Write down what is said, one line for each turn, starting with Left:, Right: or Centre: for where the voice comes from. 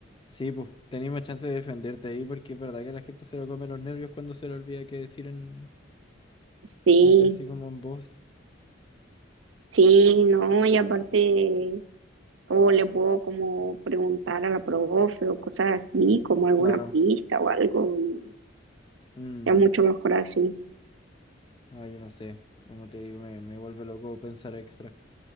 Left: Sí, pues, tenéis más chance de defenderte ahí porque es verdad que la gente se lo come los nervios cuando se le olvida qué decir en,
Right: Sí,
Left: eh, así como en voz.
Right: sí, no, y aparte, o le puedo como preguntar a la profe o cosas así, como alguna
Left: Claro.
Right: pista o algo, y
Left: Mm.
Right: es mucho mejor así.
Left: Ah, yo no sé. Como te digo, me, me vuelve loco pensar extra.